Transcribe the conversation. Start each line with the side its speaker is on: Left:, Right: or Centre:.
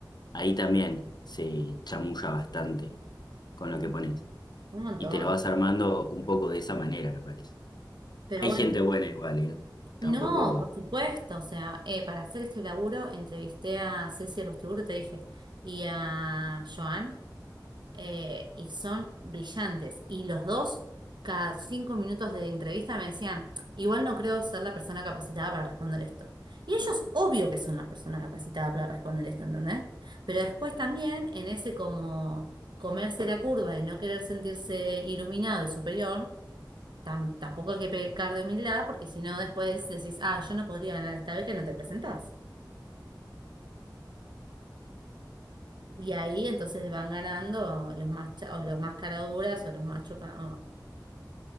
Left: ahí también se chamulla bastante con
Right: un
Left: lo que pones.
Right: montón.
Left: y te lo vas armando un poco de esa manera, me parece.
Right: Pero
Left: Hay
Right: bueno,
Left: gente buena igual, ¿eh? Tampoco...
Right: no, por supuesto. O sea, eh, para hacer este laburo entrevisté a Ceci Rostiburo, te dije, y a Joan. eh, y son brillantes. Y los dos, cada cinco minutos de entrevista me decían, igual no creo ser la persona capacitada para responder esto. Y ellos, obvio que son la persona capacitada para responder esto, ¿entendés? Pero después también en ese como comerse la curva de no querer sentirse iluminado y superior, tam- tampoco hay que pecar de humildad, porque si no después decís, ah, yo no podría ganar esta vez que no te presentás. Y ahí entonces van ganando los más, cha- o los más caraduras o los más chupa,